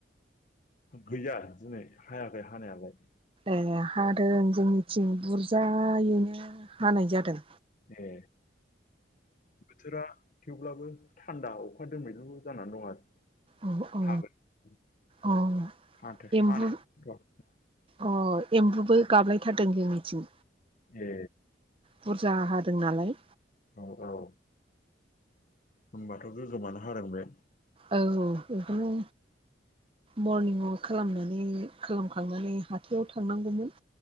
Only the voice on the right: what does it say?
ए हादों जोंनिथिं बुरजायैनो हानाय जादों।
अ अ
अ
एम्बु
अ एम्बुबो गाबलायथारदों जोंनिथिं।
बुरजा हादों नालाय।
औ बेखौनो मरनिं अवाक खालामनानै खालामखांनानै हाथायाव थांनांगौमोन